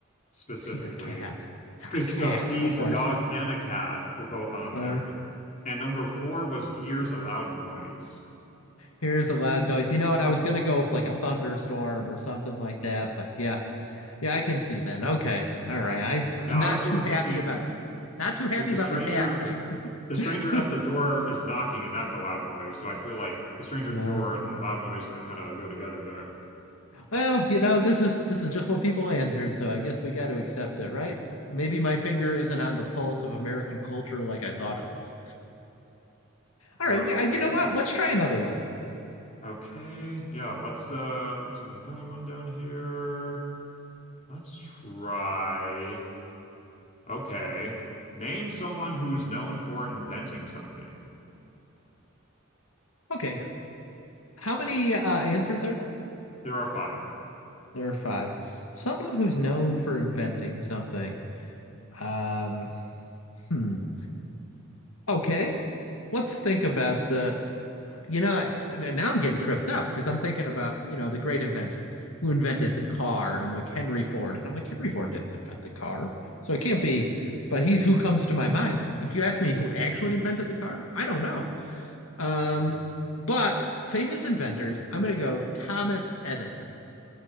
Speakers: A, on the left; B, on the left.
A: specifically.
B: She's a cat. It's a
A: Because
B: cat,
A: so sees
B: of course.
A: a dog and a cat were both on
B: Uh,
A: there. And number four was hears a loud noise.
B: here's a loud noise. You know what? I was gonna go with like a thunderstorm or something like that, but yeah, yeah, I can see that. Okay, all right. I've, I'm
A: Yeah, I
B: not
A: was sort
B: too
A: of
B: happy
A: thinking
B: about Not too happy
A: that the
B: about
A: stranger
B: the cat thing.
A: the
B: <laughs>
A: stranger at the door is knocking and that's a loud noise. So I feel like the stranger
B: yeah.
A: at the door and the loud noise like kind of go together there.
B: Well, you know, this is this is just what people answered, so I guess we got to accept it, right? Maybe my finger isn't on the pulse of American culture like I thought it was. All
A: Okay.
B: right, we, I, you know what? Let's try another one.
A: Okay. Yeah, let's uh do another one down here. Let's try. Okay. Name someone who's known for inventing something.
B: Okay, how many uh, answers are there?
A: There are five.
B: There are five. Someone who's known for inventing something. Um, hmm. Okay, let's think about the you know, now I'm getting tripped up because I'm thinking about, you know, the great inventions who invented the car. And I'm like, Henry Ford. And I'm like, Henry Ford didn't invent the car. So it can't be, but he's who comes to my mind. If you ask me who actually invented the car, I don't know. Um, but famous inventors, I'm going to go Thomas Edison,